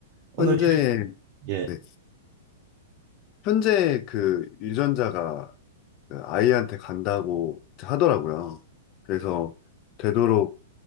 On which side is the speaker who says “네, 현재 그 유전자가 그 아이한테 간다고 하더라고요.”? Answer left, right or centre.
Left